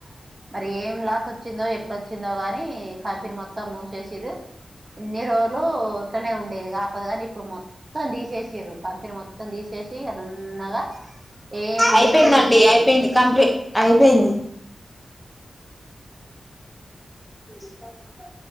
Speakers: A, on the right; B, in the centre.
A: మరి ఏం లాస్ వ వచ్చిందో ఎట్లా వచ్చిందో గాని కంపెనీ మొత్తం మూసేసిర్రు ఇన్ని రోజులు ఇట్లనే ఉండేది గా పొదగండి ఇప్పుడు మ మొత్తం తీసేసిర్రు కంపెనీ మొం మొత్తం తీసేసి చేయనున్నాగా ఏం
B: అయిపోయిందండి
A: లేకుండా చేసేసిర్రు
B: అయిపోయింది కంప్లీట్ అయిపోయింది జి పట్టు ఉందా